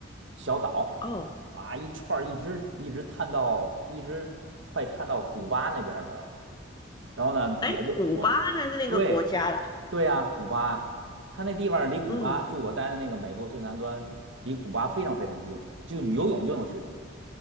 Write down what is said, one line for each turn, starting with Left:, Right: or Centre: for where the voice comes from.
Right: 小岛
Left: 哦，
Right: 啊，一串儿一直一直探到一直快探到古巴那边儿去了。然后呢，
Left: 哎，
Right: 我就我
Left: 古巴那是另一个国家啦。
Right: 对对呀、古巴，它那地方离古巴就我待的那个美国最南端，
Left: 嗯，
Right: 离古巴非常非常近，就你游泳就能去。